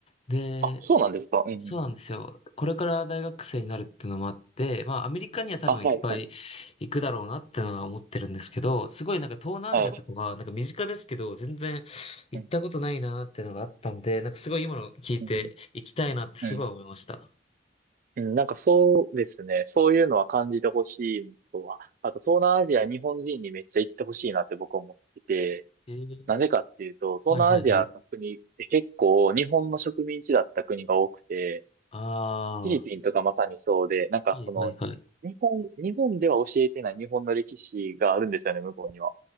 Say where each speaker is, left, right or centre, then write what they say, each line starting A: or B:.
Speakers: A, on the left; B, on the right.
A: で、
B: あ、そうなんですか。うんうんうん。
A: そうなんですよ。これから大学生になるっていうのもあって、まあ、アメリカには多分いっぱい
B: あ、はい、はい、
A: 行くだろうなってのは思ってるんですけど、すごいなんか東南アジアとかが、
B: はい。
A: なんか身近ですけど、全然行ったことないなっていうのがあったんで、
B: うん、
A: なんかすごい今の聞いて行きたいなってすごい思いました。
B: うん、うん。うん、なんかそうですね。そういうのは感じてほしいのとは。あと、東南アジア、日本人にめっちゃ行ってほしいなって僕は思ってて、
A: えー、
B: なぜかっていうと、東南アジアの国って結構日本の植民地だった国が多くて、
A: はいはいはい。ああ、
B: フィリピンとかまさにそうで、なんかこの、
A: はいはいはい。
B: 日本、日本では教えてない日本の歴史があるんですよね、向こうには。